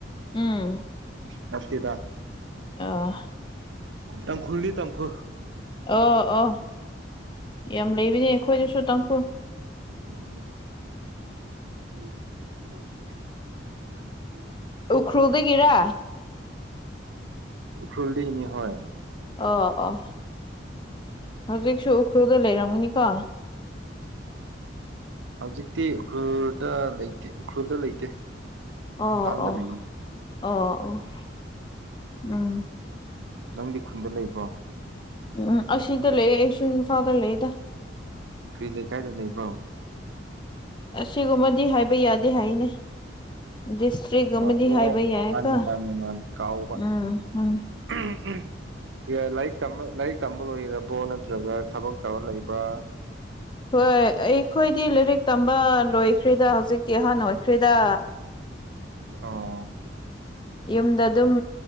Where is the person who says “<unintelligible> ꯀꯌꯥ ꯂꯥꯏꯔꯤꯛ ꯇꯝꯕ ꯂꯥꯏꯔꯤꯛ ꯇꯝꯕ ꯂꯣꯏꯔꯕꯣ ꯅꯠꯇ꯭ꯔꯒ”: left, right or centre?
Right